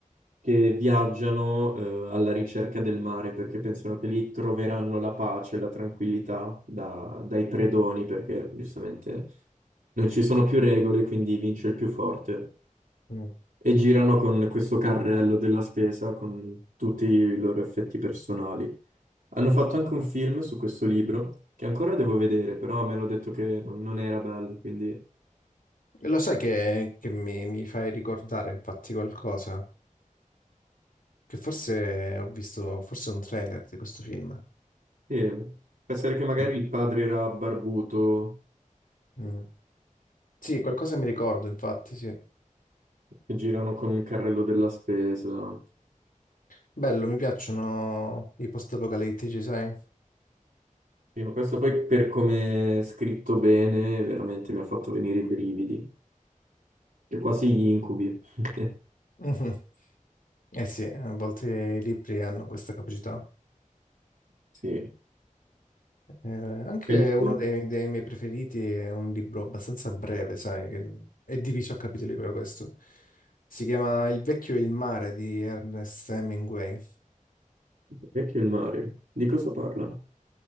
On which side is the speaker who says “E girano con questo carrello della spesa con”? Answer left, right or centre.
Right